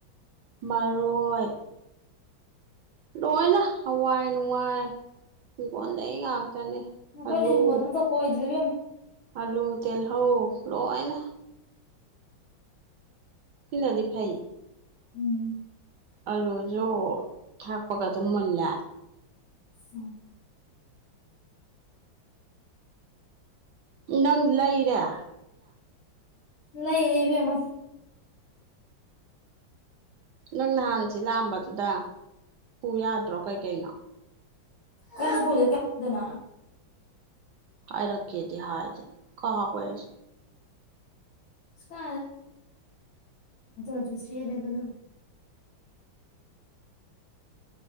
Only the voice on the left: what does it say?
ꯅꯈꯣꯏꯅ
ꯍꯤꯡꯒꯣꯜ ꯑꯝꯇ ꯀꯣꯏꯗ꯭ꯔꯤ ꯏꯕꯦꯝꯃ
ꯎꯝ
ꯎꯝ
ꯂꯩ ꯂꯩꯕꯃ
ꯀꯩꯅ ꯄꯨꯗ ꯀꯩꯅꯗꯅ
ꯁ ꯑꯗꯨꯝꯁꯤꯔꯦꯗ ꯑꯗꯨꯝ